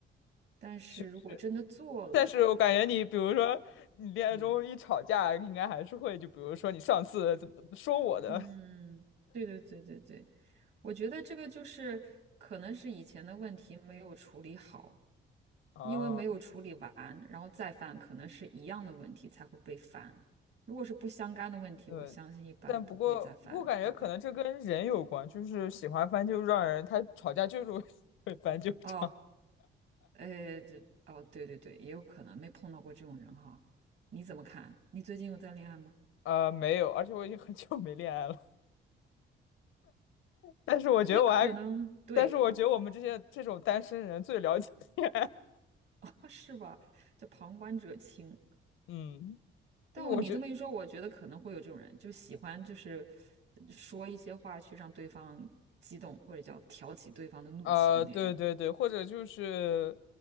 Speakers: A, on the right (about 60°); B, on the left (about 80°).
A: 但是如果真的做了，
B: 是不是，但是我感觉你，
A: 肯定有他的
B: 比如说你恋爱中一吵架，
A: 嗯
B: 应该还是会，就比如说你上次怎么怎么说我的
A: 嗯，对对对对对，我觉得这个就是可能是以前的问题没有处理好，
B: 哦，
A: 因为没有处理完，然后再犯，可能是一样的问题才会被翻。如果是不相干的问题，
B: 对，
A: 我相信一般不会再犯。
B: 但不过不过感觉可能这跟人有关，
A: 对，
B: 就是喜欢翻旧账的人，他吵架就是会 <laughs> 会翻旧账。
A: 哦，呃，这，哦，对对对，也有可能没碰到过这种人哈。你怎么看？你最近有在恋爱吗？
B: 呃，没有，而且我已经很久没恋爱了。但是我觉得我还，
A: 对，可能对，
B: 但是我觉得我们这些这种单身人最了解恋爱。
A: <laughs> 是吧？叫旁观者清。
B: <laughs> 嗯，
A: 但我你这么一说，
B: 因为我觉
A: 我觉得可能会有这种人，就喜欢就是呃说一些话去让对方激动，或者叫挑起对方的怒气的那种
B: 呃，对对对，或者就是，